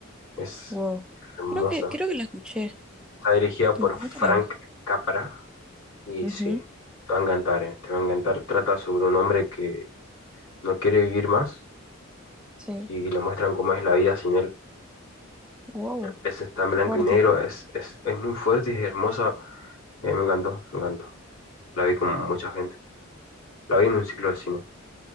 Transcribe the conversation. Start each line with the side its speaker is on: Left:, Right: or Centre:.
Left: Es
Centre: Wow.
Left: hermosa.
Centre: Creo que, creo que la escuché,
Left: Está dirigida
Centre: pero
Left: por
Centre: nunca
Left: Frank
Centre: la vi.
Left: Capra y
Centre: Ujú,
Left: sí, te va a encantar, eh, Te va a encantar. Trata sobre un hombre que no quiere vivir más
Centre: Sí.
Left: y le muestran cómo es la vida sin él.
Centre: Wow.
Left: Esta está en blanco
Centre: Qué fuerte.
Left: y negro, es, es, es muy fuerte y es hermosa. Eh, me encantó, me encantó. La vi con mucha gente. La vi en un ciclo de cine.